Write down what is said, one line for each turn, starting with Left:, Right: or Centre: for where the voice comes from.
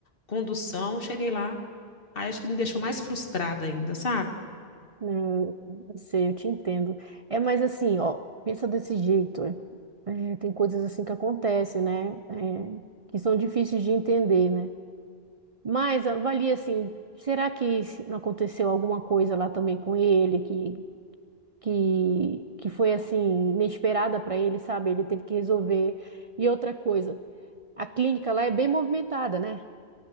Left: condução, cheguei lá. Aí acho que me deixou mais frustrada ainda, sabe?
Right: Não, eu sei, eu te entendo. É, mas assim, ó, pensa desse jeito. é, é, tem coisas assim que acontecem, né? É, que são difíceis de entender, né? Mas avalia assim, será que se- não aconteceu alguma coisa lá também com ele que que, que foi assim inesperada para ele, sabe? Ele teve que resolver. E outra coisa, a clínica lá é bem movimentada, né?